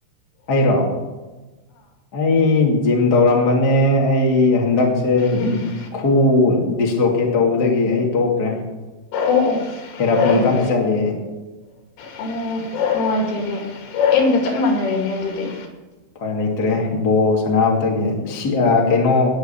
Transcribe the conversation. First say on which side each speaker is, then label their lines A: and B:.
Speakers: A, on the left; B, on the left.
A: ꯑꯩꯔꯣ ꯑꯩ ꯖꯤꯝ ꯇꯧꯔꯝꯕꯅꯦ ꯑꯩ ꯍꯟꯗꯛꯁꯦ ꯎ <unintelligible>
B: ꯎꯝ
A: ꯈꯨꯎ ꯗꯤꯁꯂꯣꯀꯦꯠ ꯇꯧꯕꯗꯒꯤ ꯑꯩ ꯇꯣꯛꯈ꯭ꯔꯦ
B: ꯑꯣ ꯑꯣ
A: ꯊꯦꯔꯥꯄꯤ
B: ꯍꯕ
A: ꯀꯟꯅ ꯆꯠꯂꯤ
B: ꯑꯣ ꯅꯨꯡꯉꯥꯏꯇꯦꯅꯦ ꯑ‌ꯦꯟꯒ ꯆꯞ ꯃꯥꯟꯅꯔꯦꯅꯦ ꯑꯗꯨꯗꯤ
A: ꯎꯄꯥꯏ ꯂꯩꯇ꯭ꯔꯦ ꯕꯣꯜ ꯁꯅꯕꯗꯒꯤ ꯁꯤꯑꯥ ꯀꯩꯅꯣ